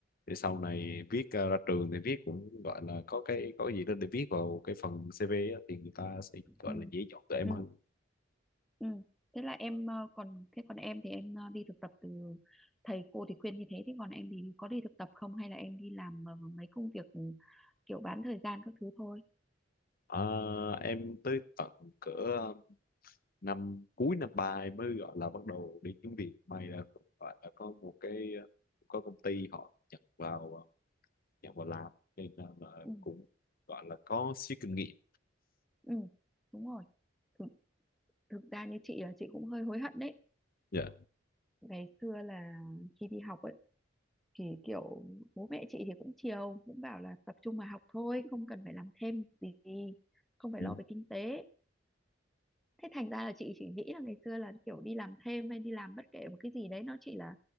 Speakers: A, on the left; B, in the centre.
A: để sau này viết ờ, ra trường thì viết cũng gọi là có cái có gì đó để viết vào cái phần CV á, thì người ta sẽ
B: ừ,
A: gọi là dễ chọn tụi em
B: ừ.
A: hơn
B: Ừ. Thế là em ờ, còn thế còn em thì em ờ, đi thực tập từ thầy cô thì khuyên như thế thế còn em thì có đi thực tập không hay là em đi làm ờ, mấy công việc ừ, kiểu bán thời gian các thứ thôi
A: Ờ, em tới tận cỡ ờ, năm cuối năm ba em mới gọi là bắt đầu đi kiếm việc may là gọi là có một cái ờ, có công ty họ nhận vào ờ, nhận vào làm nên là, là
B: ừ,
A: cũng gọi là có xíu kinh nghiệm
B: ừ, đúng rồi thực, thực ra như chị là chị cũng hơi hối hận đấy
A: dạ
B: ngày xưa là khi đi học ấy thì kiểu bố mẹ chị thì cũng chiều cũng bảo là tập trung mà học thôi không cần phải làm thêm gì không phải
A: ừ.
B: lo về kinh tế thế thành ra là chị chỉ nghĩ là ngày xưa là kiểu đi làm thêm hay đi làm bất kể một cái gì đấy nó chỉ là